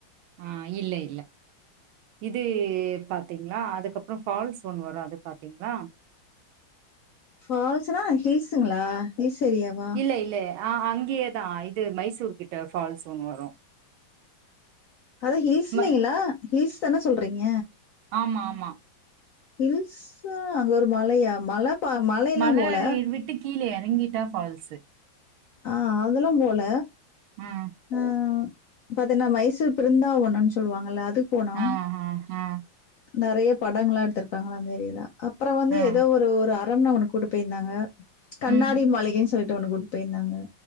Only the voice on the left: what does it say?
ஃபால்ஸ்னா ஹில்ஸ்ங்களா ஹில்ஸ் ஏரியாவா
அதா ஹில்ஸ்ன்னீங்களா
ஹில்ஸ் தானே சொல்றீங்க
ஹில்ஸ்ஸா அங்க ஒரு மலையா மலப்பா மலையெல்லா
போல
ஆ அதெல்லா போல
ஆ பாத்தீன்னா மைசூர் பிருந்தாவனன்னு சொல்லுவாங்கல்ல அதுக் போனோ
நெறைய படங்கள்லா எடுத்துருக்காங்கள அந்த ஏரியால அப்புற வந்து
ஏதோ ஒரு ஒரு அரண்மன ஒன்னு கூட்டு போயிருந்தாங்க கண்ணாடி
மலையே சொல்லிட்டு ஒன்னு கூட் போயிருந்தாங்க